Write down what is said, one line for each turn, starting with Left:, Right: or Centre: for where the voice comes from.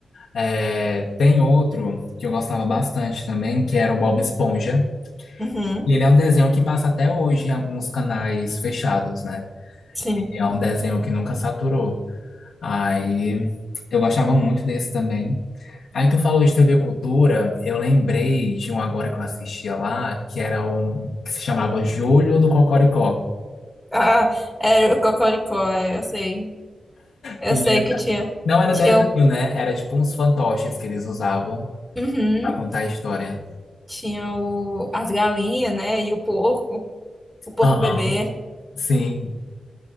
Left: É, tem outro que eu gostava bastante também, que era o Bob Esponja.
Centre: Uhum,
Left: E Ele é um desenho que passa até hoje em alguns canais fechados, né?
Centre: sim.
Left: Ele é um desenho que nunca saturou. Aí eu gostava muito desse também. Aí tu falou de TV Cultura, eu lembrei de um agora que eu assistia lá, que era um que se chamava Júlio do Cocoricó,
Centre: Ah, era o Cocoricó, é, eu sei. Eu
Left: que
Centre: sei
Left: era-
Centre: que tinha.
Left: não era
Centre: Tinha
Left: desenho,
Centre: o.
Left: né? Era tipo uns fantoches que eles usavam
Centre: Uhum,
Left: pra contar a história.
Centre: tinha o, as galinhas, né? E o porco. O porco
Left: Aham.
Centre: bebê.
Left: Sim,